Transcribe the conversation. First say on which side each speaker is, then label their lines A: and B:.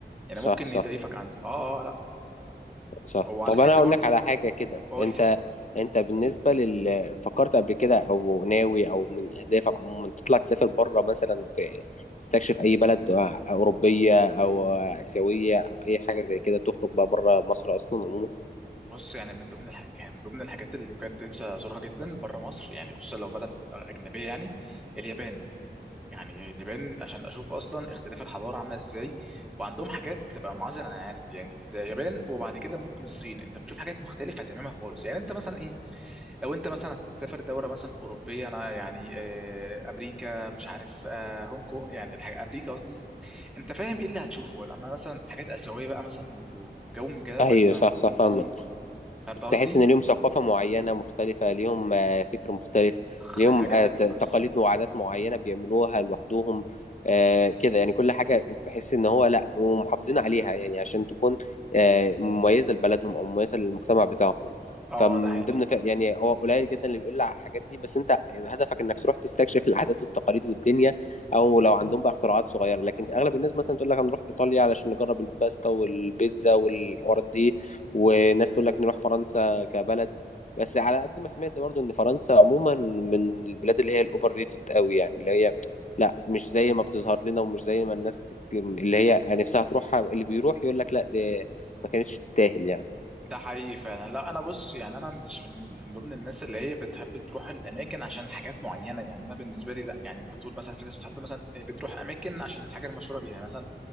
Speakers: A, in the centre; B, on the left.
A: يعني
B: صح
A: ممكن
B: صح
A: يضيفك عند اه اه لا
B: صح
A: وعلى
B: طب
A: فكره
B: أنا أقول
A: برضو
B: لك على حاجة كده
A: قول
B: أنت
A: لي
B: أنت بالنسبة لل فكرت قبل كده أو ناوي أو من أهدافك عموما تطلع تسافر بره مثلا ت- تستكشف أي بلد أوروبية أو آسيوية أو أي حاجة زي كده تخرج بقى بره مصر أصلا عموما
A: بص يعني من ضمن الح... يعني من ضمن الحاجات اللي بجد نفسي ازورها جدا بره مصر يعني خصوصا لو بلد اجنبيه يعني اليابان يعني نبان عشان اشوف اصلا اختلاف الحضاره عامله ازاي وعندهم حاجات بتبقى منعزله عن العالم يعني زي اليابان وبعد كده ممكن الصين انت بتشوف حاجات مختلفه تماما خالص يعني انت مثلا ايه لو انت مثلا هتسافر دوله مثلا اوروبيه انا يعني آه، امريكا مش عارف آه، هونج كونج يعني الحاجة امريكا قصدي انت فاهم ايه اللي هتشوفه لما مثلا حاجات اسيويه بقى مثلا و- وجو من كده
B: أيوة
A: وقت مثلا
B: صح صح
A: هونج
B: فاهمك
A: كونج فهمت قصدي
B: تحس ان ليهم ثقافه معينه مختلفه ليهم آه، فكر مختلف
A: خ-
B: ليهم
A: حاجه
B: آه،
A: تانية
B: ت-
A: خالص
B: تقاليد وعادات معينه بيعملوها لوحدهم آه، كده يعني كل حاجه تحس ان هو لا ومحافظين عليها يعني عشان تكون آه، مميزه لبلدهم او مميزه للمجتمع بتاعهم
A: اه
B: فمن
A: ده حقيقي
B: ضمن ف- يعني هو قليل جدا اللي بيقول لي على الحاجات دي بس انت هدفك انك تروح تستكشف العادات والتقاليد والدنيا او لو عندهم بقى اختراعات صغيره لكن اغلب الناس مثلا تقول لك هنروح ايطاليا علشان نجرب الباستا والبيتزا والحوارات دي وناس تقول لك نروح فرنسا كبلد بس على قد ما سمعت برضو ان فرنسا عموما من البلاد اللي هي الاوفر ريتد قوي يعني اللي هي لا مش زي ما بتظهر لنا ومش زي ما الناس بتك... اللي هي نفسها تروحها اللي بيروح يقول لك لا دي ما كانتش تستاهل يعني
A: ده حقيقي فعلا لا انا بص يعني انا مش من من ضمن الناس اللي هي بتحب تروح الاماكن عشان حاجات معينه يعني انا بالنسبه لي لا يعني انت بتقول مثلا في ناس بتحب مثلا إيه، بتروح اماكن عشان الحاجه المشهوره بيها مثلا